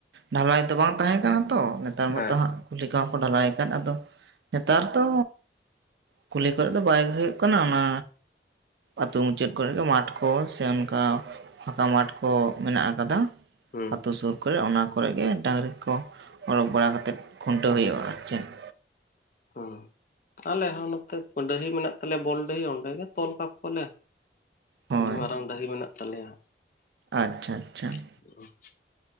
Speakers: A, on the right (about 75°); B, on the left (about 45°).
A: ᱰᱷᱟᱞᱟᱭ ᱫᱚ ᱵᱟᱝ ᱛᱟᱦᱮᱸ ᱠᱟᱱᱟ ᱛᱚ ᱱᱮᱛᱟᱨ ᱢᱟᱛᱚ
B: ᱦᱮᱸ
A: ᱦᱟᱸᱜ
B: ᱦᱮᱸ
A: ᱠᱩᱞᱤ ᱞᱮᱠᱟ ᱦᱚᱸ ᱠᱚ ᱰᱷᱟᱞᱟᱭ ᱟᱠᱟᱫ ᱟᱫᱚ ᱱᱮᱛᱟᱨ ᱫᱚ ᱠᱩᱞᱦᱤ ᱠᱷᱚᱡ ᱫᱚ ᱵᱟᱭ ᱦᱩᱭᱩᱜ ᱠᱟᱱᱟ ᱚᱱᱟ ᱟᱹᱛᱳ ᱢᱩᱪᱟᱹᱫ ᱠᱚᱨᱮ ᱢᱟᱴᱷ ᱠᱚ ᱥᱮ ᱚᱱᱠᱟ ᱯᱷᱟᱸᱠᱟ ᱢᱟᱴᱷ ᱠᱚ ᱢᱮᱱᱟᱜ ᱟᱠᱟᱫᱟ ᱾
B: ᱦᱩᱸ
A: ᱟᱹᱛᱩ ᱥᱩᱨ ᱠᱚᱨᱮ ᱚᱱᱟ ᱠᱚᱨᱮ ᱜᱮ ᱰᱟᱹᱝᱨᱤ ᱠᱚ ᱚᱰᱚᱜ ᱵᱟᱲᱟ ᱠᱟᱛᱮᱫ ᱠᱷᱩᱱᱴᱟᱹᱣ ᱦᱩᱭᱩᱜᱼᱟ ᱟᱨ ᱪᱮᱫ ᱾
B: ᱦᱚᱸ ᱟᱞᱮ ᱦᱚᱸ ᱱᱚᱛᱮ ᱵᱟᱺᱰᱟᱹᱦᱤ ᱢᱮᱱᱟᱜ ᱛᱟᱞᱮ ᱵᱚᱞᱰᱟᱹᱦᱤ ᱚᱸᱰᱮ ᱜᱮ ᱛᱚᱞ ᱠᱟᱠᱚ ᱟᱞᱮ ᱾
A: ᱦᱳᱭ
B: ᱟᱹᱰᱤ ᱢᱟᱨᱟᱝ ᱰᱟᱹᱦᱤ ᱢᱮᱱᱟᱜ ᱛᱟᱞᱮᱭᱟ ᱾
A: ᱟᱪᱪᱷᱟ ᱟᱪᱪᱷᱟ ᱾
B: <unintelligible>